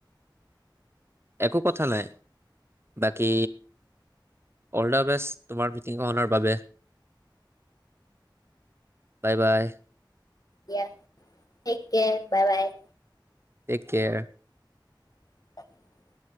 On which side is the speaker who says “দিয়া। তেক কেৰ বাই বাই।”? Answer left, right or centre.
Left